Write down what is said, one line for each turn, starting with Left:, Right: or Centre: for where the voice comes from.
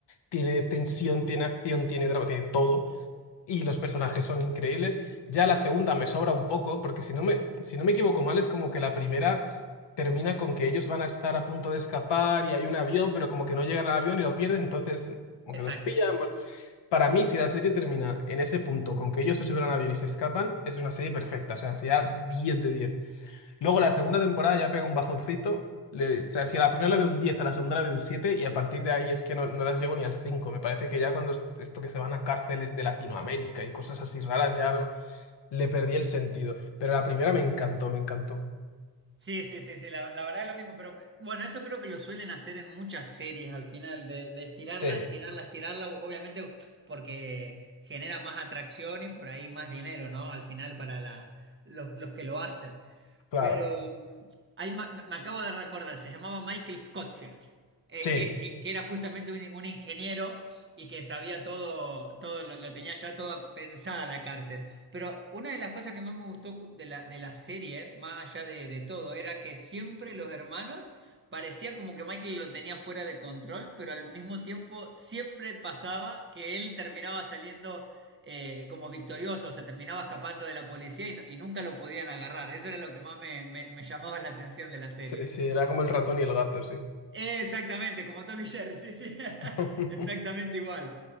Left: tiene tensión, tiene acción, tiene drama, tiene todo. y los personajes son increíbles. Ya la segunda me sobra un poco, porque si no me, si no me equivoco mal, es como que la primera termina con que ellos van a estar a punto de escapar y hay un avión, pero como que no llegan al avión y lo pierden, entonces como
Right: Exacto.
Left: que los pillan. Bueno, para mí, si la serie termina en ese punto, con que ellos se suben al avión y se escapan, es una serie perfecta, o sea, sería diez de diez Luego la segunda temporada ya pega un bajoncito. Le, o sea, si a la primera le doy un diez a la segunda le doy un siete y a partir de ahí es que no, no las llego ni al cinco Me parece que ya cuando es- esto que se van a cárceles de Latinoamérica y cosas así raras ya no le perdí el sentido. Pero la primera me encantó, me encantó.
Right: Sí, sí, sí, sí, la, la verdad es lo mismo, pero bueno, eso creo que lo suelen hacer en muchas series al final, de, de estirarla,
Left: Sí,
Right: estirarla, estirarla, obviamente porque genera más atracción y por ahí más dinero, ¿no? Al final para la, los, los que lo hacen.
Left: claro.
Right: Pero mm, hay ma- me me acabo de recordar, se llamaba Michael Scottfield, eh,
Left: Sí,
Right: que, que- que era justamente un, un ingeniero y que sabía todo, todo lo, lo tenía ya toda pensada la cárcel. Pero una de las cosas que más me gustó ju- de la, de la serie, más allá de, de todo, era que siempre los hermanos parecía como que Michael lo tenía fuera de control, pero al mismo tiempo siempre pasaba que él terminaba saliendo eh, como victorioso, se terminaba escapando de la policía y, no- y nunca lo podían agarrar. Eso era lo que más me, me me llamaba la atención de la serie.
Left: sí, sí, era como el ratón y el gato, sí.
Right: Exactamente, como Tommy Jerry, sí, sí,
Left: <laughs>
Right: <laughs> exactamente igual.